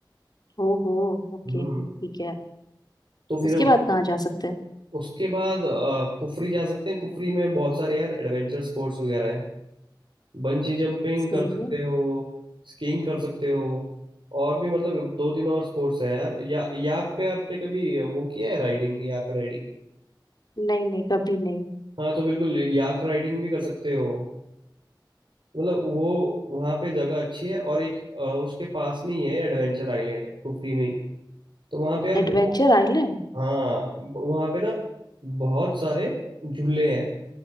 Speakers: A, on the left; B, on the right.
A: ओहो ओके
B: हम्म
A: ठीक है
B: तो फिर
A: उसके
B: उस,
A: बाद कहाँ जा सकते हैं
B: उसके बाद अ, कुफरी जा सकते हैं कुफरी में बहुत सारे यार एडवेंचर स्पोर्ट्स वगैरह हैं बंजी जंपिंग
A: सही
B: कर सकते
A: है
B: हो स्कीइंग कर सकते हो और भी मतलब दो तीन और स्पोर्ट्स हैं यार या याक पे आपने कभी वो किया है राइडिंग याक राइडिंग
A: नहीं नहीं कभी नहीं
B: हाँ तो बिल्कुल याक राइडिंग भी कर सकते हो मतलब वो वहाँ पे जगह अच्छी है और एक अ, उसके पास में ही है एडवेंचर आइलैंड कुफरी में ही तो वहाँ पे यार
A: Adventure
B: बहुत
A: island
B: हाँ वहाँ पे ना बहुत सारे झूले हैं